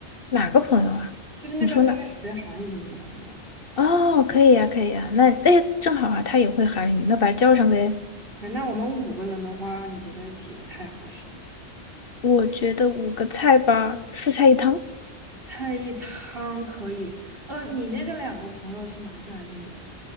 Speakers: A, on the left; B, on the right.
A: 哪个朋友啊？
B: 就是那个在学韩语的那个朋友。
A: 你说哪？哦，可以呀，可以呀，那哎，正好啊，他也会韩语，那把它叫上呗。
B: 对，那我们五个人的话，你觉得几个菜合适？
A: 我觉得五个菜吧，四菜一汤，
B: 菜一汤可以。呃，你那个两个朋友是男生还是女生？